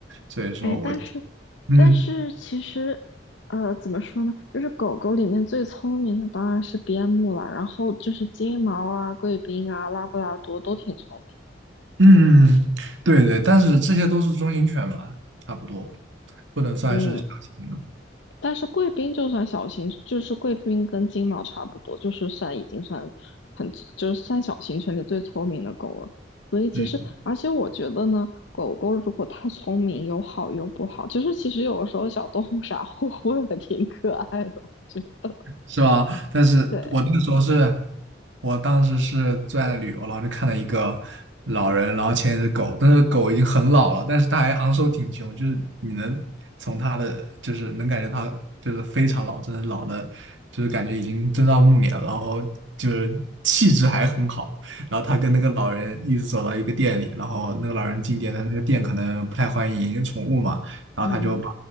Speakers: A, on the right; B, on the left.
A: 所以说我
B: 哎，但是，
A: 嗯
B: 但是其实，呃，怎么说呢？就是狗狗里面最聪明的当然是边牧了，然后就是金毛啊、贵宾啊、拉布拉多都挺聪明。
A: 嗯对对，但是这些都是中型犬嘛，差不多不能算是小型的，
B: 嗯，但是贵宾就算小型，就是贵宾跟金毛差不多，就是算已经算很，就是算小型犬里最聪明的狗了。所以其实，
A: 嗯。
B: 而且我觉得呢，狗狗如果太聪明，有好有不好。就是其实有的时候小动物 <laughs> 傻乎乎的挺可爱的，我觉得。
A: 是吧？但是我那个时候是，
B: 对，
A: 我当时是最爱旅游，然后就看到一个老人，然后牵一只狗，但是狗已经很老了，但是它还昂首挺胸，就是你能从它的，就是能感觉它就是非常老，真的老的，就是感觉已经真到暮年了，然后就是气质还很好。然后他跟那个老人一直走到一个店里，然后那个老人进店，但那个店可能不太欢迎宠物嘛，然后他就把
B: 嗯。